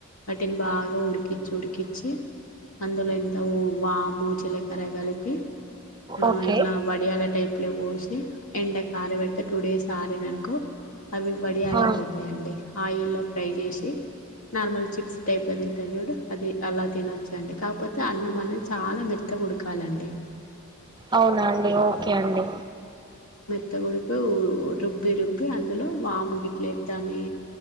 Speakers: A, on the left; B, on the right.
A: వాటిని బాగా ఉడికిచి ఉడికిచి అందులో ఇంత వాము, జీలకర్ర కలిపి ఆ
B: ఓకే
A: ఇట్లా వడియాల టైప్ లో పోసి ఎండకి ఆరబెడితే టు డేస్ ఆరినంక అవి వడియాలయిపోతాయండి
B: ఆ
A: ఆయిల్లో ఫ్రై చేసి నార్మల్ చిప్స్ టైప్లో తింటారు. చూడు అది అలా తినొచ్చు అండి. కాకపోతే, అన్నం అనేది చాలా మెత్తగ ఉడకాలండి.
B: అవునా అండి ఓ కే అండి
A: అత్త గుడుకు రుబ్బి రుబ్బి అందులో వాము గిట్ల ఎత్తనే అని